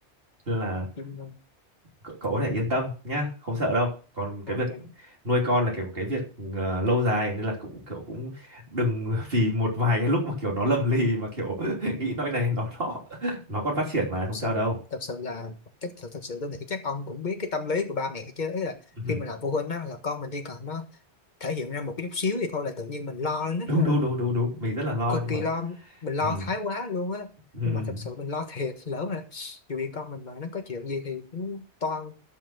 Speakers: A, on the right; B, on the left.
A: Nên là
B: đúng rồi.
A: cậu, cậu có thể yên tâm nhá không sợ đâu còn cái
B: ok
A: việc nuôi con là kiểu cái việc ờ, lâu dài nên là cũng kiểu cũng đừng <laughs> vì một vài cái lúc mà kiểu nó lầm lì mà kiểu <laughs> nghĩ nói này nó nọ nó còn phát triển mà
B: thật
A: không
B: sự
A: sao đâu
B: thật sự là chắc thật, thật sự tôi nghĩ chắc ông cũng biết cái tâm lý của ba mẹ chứ ý là
A: <laughs> Ừ,
B: khi mà làm phụ huynh á là con mình chỉ cần nó thể hiện ra một cái chút xíu thì thôi là tự nhiên mình lo lên rất
A: đúng
B: là
A: đúng đúng đúng đúng mình rất là lo
B: cực
A: nhưng
B: kỳ
A: mà
B: lo mình lo
A: ừ.
B: thái quá luôn á
A: ừ.
B: nhưng mà thật sự mình lo thiệt lỡ mà dù gì con mình mà nó có chuyện gì thì cũng toan